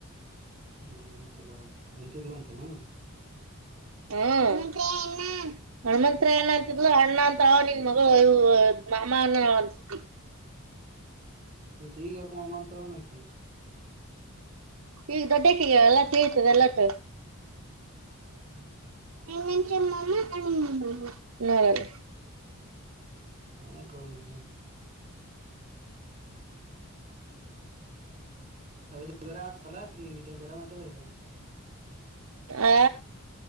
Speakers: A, on the right; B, on the right.
A: ನಂಗ್ ನೆನಪಿಲ್ಲವ್ವ ಅಂತಿದ್ಲಂತೇನ.
B: ಹ್ಮ ಹಣಮಂತ್ರಯ ಅಣ್ಣ ಅಂತಿದ್ಲು ಅಣ್ಣ ಅಂತ ನಿನ್ ಮಗ ಇವು ಮಾಮ ಅನ್ನ ಅಂತಿದ್ವಿ.
A: ಇಕಿ ಇಗ್ಯಾಕ್ ಮಾಮಾ ಅಂತಳ ಅನ್ ಅಕಿ.
B: ಈಗ ದೊಡ್ಡ್ಯಾಕಿ ಎಲ್ಲ ತಿಳಿತದ ಎಲ್ಲಟ.
A: ಹ್ಮ್
B: ಹಣಮಂತ್ರಯ ಮಾಮಾ ಹಣಮು ಮಾಮಾ ನೋಡು.
A: ಸ್ಯಾನ್ಯಕವ ನೀನಾ. ಏ ಇದುರು ಆತ್ತಲ್ಲಾ ಅಕ್ ನೀನಿಂದ ಇದು ಬರ್ಯಂ ಹೇಳಿದ್ರ.
B: ಆ